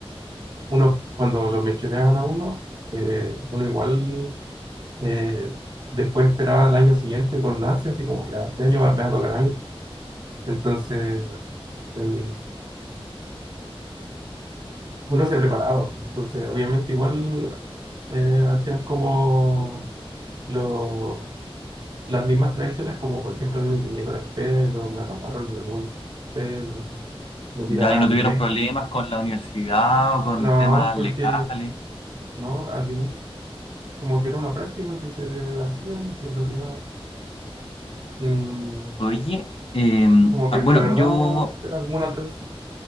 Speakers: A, on the right; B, on the left.
A: uno, cuando lo mechoneaban a uno, eh, uno igual eh, después esperaba el año siguiente con ansia, así como ya este año va- me va a tocar a mí. Entonces, em, uno se preparaba. ¿no? Entonces, obviamente igual eh, hacían como lo, las mismas tradiciones, como por ejemplo a mí me tiñeron el pelo, me raparon los algunos pelo, me tiraban
B: ¿Ya ahí no tuvieron
A: mes.
B: problemas con la universidad o con
A: No,
B: temas
A: porque
B: legales?
A: no, al inicio, como que era una práctica que se hacía y que en realidad, mm,
B: Oye, eh,
A: como
B: ah,
A: que de
B: bueno,
A: verdad
B: yo,
A: era como una tradición.